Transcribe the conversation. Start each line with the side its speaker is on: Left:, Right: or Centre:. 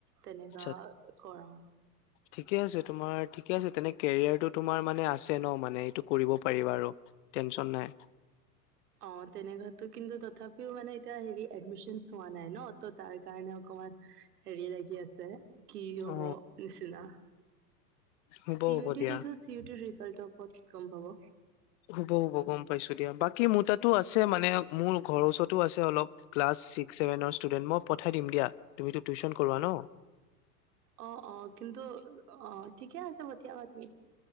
Right: তেণেকা
Left: আচ্ছা
Right: কৰাও আৰু।
Left: ঠিকে আছে তোমাৰ ঠিকে আছে তেনে কেৰিয়াৰটো তোমাৰ মানে আছে ন মানে এইটো কৰিব পাৰিবা আৰু। টেনশচন নাই।
Right: অঁ তেনেকোৱাতো কিন্তু তথাপিও মানে এতিয়া হেৰি এডমিচন হোৱা নাই ন ত তাৰ কাৰণে অকমান। হেৰি লাগি আছে, কি হব
Left: অ
Right: নিচিনা।
Left: হ'ব
Right: চি
Left: হ'ব
Right: বি টি
Left: দিয়া।
Right: দিছো, চি বি টিৰ ৰিজাল্টৰ ওপৰত গম পাব।
Left: হব হব গম পাইছো দিয়া, বাকী মোৰ তাতো আছে মানে মোৰ ঘৰৰ ওচৰতো আছে অলপ। ক্লাছ ছিক্স, চেভেনৰ ষ্টুডেণ্ট, মই পঠাই দিম দিয়া। তুমিতো টিউচন কৰোৱা ন?
Right: অ অ কিন্তু অ ঠিকে আছে পঠিয়াবা তুমি।